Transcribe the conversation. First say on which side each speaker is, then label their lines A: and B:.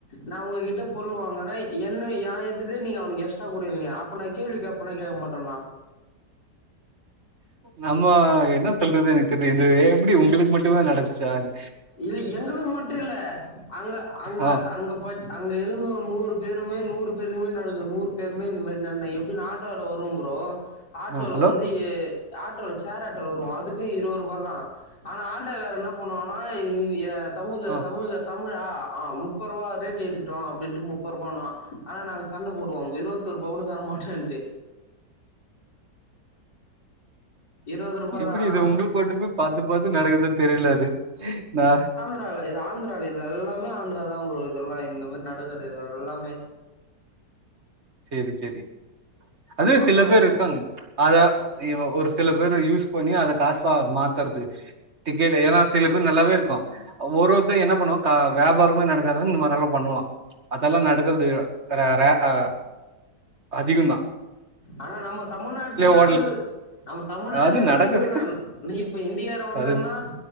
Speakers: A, on the left (about 75°); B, on the right (about 40°).
A: நா உங்ககிட்ட பொருள் வாங்க வெய் என்ன ஏ எதுர்லே நீங்க அவனுகு எஸ்ட்ரா குடுகுறிங்க அப்ப நாக் கேள்வி கேப்பனா கேக மாட்டனா
B: நம்மோ என்ன சொல்றது எனக்கு தெரிது எப்டி உங்களுக்கு மட்டுமே நடச்சா அது
A: இ எங்குளுகு மட்டு இல்ல அங்க அங்க
B: ஆ
A: அங்க பச் அங்க இருந்த ஒரு நூறு பேருமே நூறு பேருக்குமே நடக்குது நூறு பேருமே இந்த மாரி நடந்த எப்டி நா ஆட்டோல வருவ ப்ரோ ஆட்டோல
B: ஆ ஹலோ
A: வந்து ஏ ஆட்டோல சேர் ஆட்டோல வருவோ அதுக்கு இருபது ரூபா தா ஆனா ஆட்டோக்காரர் என்ன பண்ணுவ அ இன்ய தமிழ்க
B: ஆ
A: தமிழ்க தமிழ் உ ஆ ஆ முப்பேரூபா ரேட் ஏத்துட்டோம் அப்பிடின்டு முப்பது ரூப ஆனா நாங்க சண்டை போடுவோ இருப பது ரூபா கூட தர மாட்டோன்ட்டு ரூ.
B: எப்டி
A: தான்.
B: இது உங்களுக்கு மட்டுமே பாத்து பாத்து நடக்குது தெரியலது நா
A: ஆ இது ஆந்திரா இது எல்லாமே ஆந்திர தா போ இதெல்லா இந்த மாரி நடக்கிர இது எல்லாமே
B: செரி செரி அது
A: அப்புறம்
B: சில பேர் இருக்காங்க அத ஒரு சில பேரு யூஸ் பண்ணி அத காச மாத்துறதுக்கு கே ஏத சில பேர் நல்லாவே இருக்கு ஒருவொருத்தர் என்ன பண்ணுவாங் க வியாபாரமே நடக்கது இந்த மாரி எல்லா பண்ணுவான் அதெல்லா நடக்கிறது ரே ரே ஆ அதிகதா
A: ஆனா நம்ம தமிழ்நாட்டுலயே நடக்குது
B: ஹோட்டல்
A: நம்ம தமிழ்நாட்டுலயே
B: அது
A: நடக்குதுதா
B: நடக்குது
A: இப்ப இந்திகார வந்தன்னா
B: அது